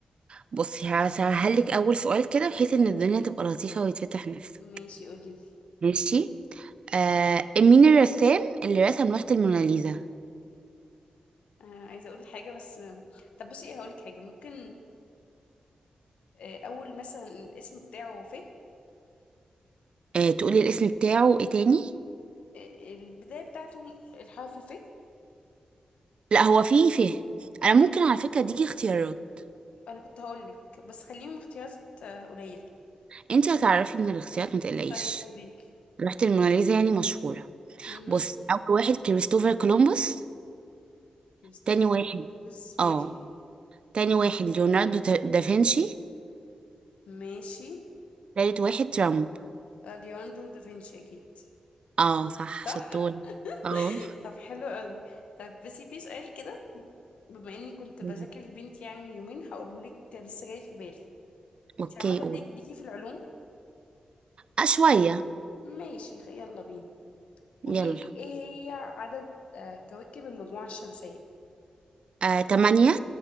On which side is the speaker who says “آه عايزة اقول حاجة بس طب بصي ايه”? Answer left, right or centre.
Left